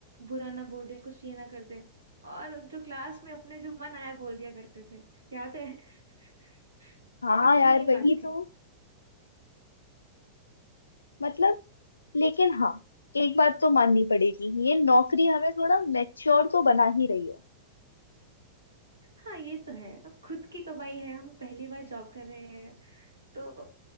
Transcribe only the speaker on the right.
बुरा ना बोल दे कुछ ये ना कर दे और जो क्लास में अपने जो मन आया बोल दिया करते थे याद है <laughs>
अपनी
ही
बात थी
हाँ ये तो है अब खुद की कमाई है हम पहली बार जॉब कर रहे हैं तो